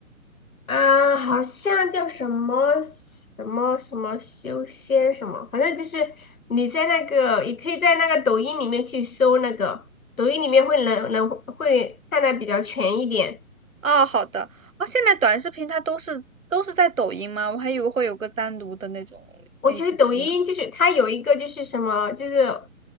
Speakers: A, on the left (about 75°); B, on the right (about 65°).
A: 啊，好像叫什么什么什么修仙什么，反正就是你在那个，也可以在那个抖音里面去搜那个，抖音里面会能能会看的比较全一点。
B: 哦，好的。哦，现在短视频它都是都是在抖音吗？我还以为会有个单独的那种
A: 我觉得抖音就是它有一个就是什么，
B: APP 呢。
A: 就是